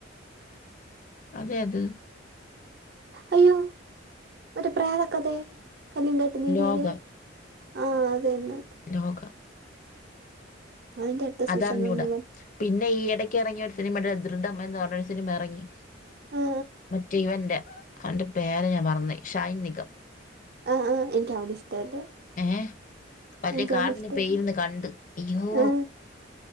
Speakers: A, on the left; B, on the right.
A: <inaudible> ഏത്
B: അയ്യോ മറ്റേ പ്രേതകഥ കള്ളിയങ്കാട്ടു നീലിയുടെ.
A: ലോക
B: ആഹ് അതുതന്നെ.
A: ലോക
B: അതിന്റെ അടുത്ത
A: അത്
B: സീസൺ
A: അറിഞ്ഞുകൂടാ
B: ഒന്നും വ
A: പിന്നെ ഈ ഇടയ്ക്ക് ഇറങ്ങിയ ഒരു. സിനിമയുടെ ദൃഢം എന്ന് പറഞ്ഞു ഒരു സിനിമ ഇറങ്ങി.
B: ആ
A: മറ്റേ ഇവന്റെ അവന്റെ പേര് ഞാൻ മറന്നുപോയി ഷെയ്ൻ നിഗം.
B: ആഹ ആഹ് എനക്ക് അവന ഇഷ്ടല്ല
A: ഏ വലിയ
B: എനിക്ക്
A: കാർത്തിെ
B: അവനെ ഇഷ്ടല്ല
A: പേര്ന്ന് കണ്ട് അയ്യോ
B: ആ